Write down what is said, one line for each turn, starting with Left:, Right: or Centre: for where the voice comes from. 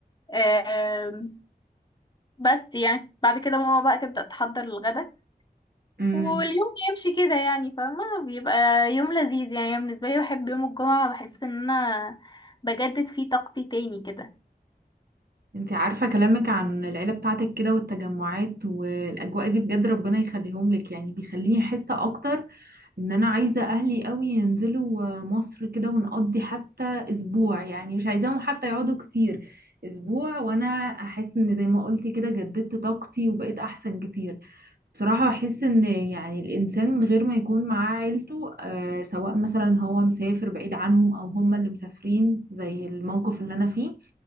Left: آم، بس يعني بعد كده ماما بقى تبدأ تحضر الغدا
Right: امم
Left: واليوم يمشي كده يعني فاهمة بيبقى يوم لذيذ يعني أنا بالنسبة لي بحب يوم الجمعة بحس ان انا بجدد فيه طاقتي تاني كده
Right: انتي عارفة كلامك عن العيلة بتاعتك كده والتجمعات والأجواء دي بجد ربنا يخليهم لك يعني بيخليني أحس أكتر ان انا عايزة اهلي قوي ينزلوا مصر كده ونقضي حتى اسبوع يعني مش عايزاهم حتى يقعدوا كتير اسبوع وانا احس ان زي ما قلتي كده جددت طاقتي وبقيت احسن كتير بصراحة احس ان يعني الانسان من غير ما يكون معاه عيلته آه سواء مثلا هو مسافر بعيد عنهم او هم اللي مسافرين زي الموقف اللي انا فيه